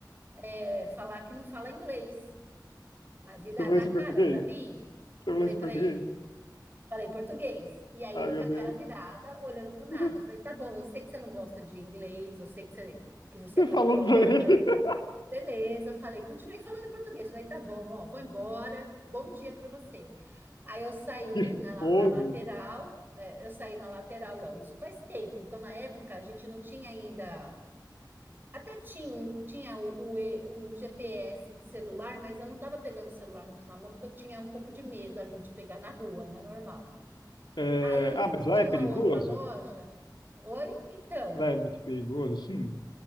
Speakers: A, on the right; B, on the left.
A: é, falar que não fala inglês, mas virar
B: Você falou
A: da
B: isso
A: cara
B: em português?
A: para mim,
B: Você falou
A: falei
B: isso
A: para
B: em português?
A: ele. Falei português. E aí
B: Ah,
A: ele
B: meu
A: com a
B: Deus.
A: cara virada, olhando pro nada.
B: <laughs>
A: Eu falei, tá bom, eu sei que você não gosta de inglês, eu sei que você, que você
B: Você
A: é patriota.
B: falou pra ele. <laughs>
A: Beleza, falei, continuei falando português. Falei, tá bom, ó, vou embora. Bom dia pra você. Aí eu saí
B: Que
A: na,
B: fogo.
A: na lateral, é, eu saí na lateral, e ó, isso faz tempo. Então, na época, a gente não tinha ainda. Até tinha, um- tinha o, o E- um GPS de celular, mas eu não estava pegando o celular muito na mão, porque eu tinha um pouco de medo ali de pegar na rua, né? Normal.
B: É,
A: Aí
B: Ah, mas lá
A: tinha
B: é perigoso?
A: uma outra loja. Oi, então,
B: Lá é muito perigoso, sim.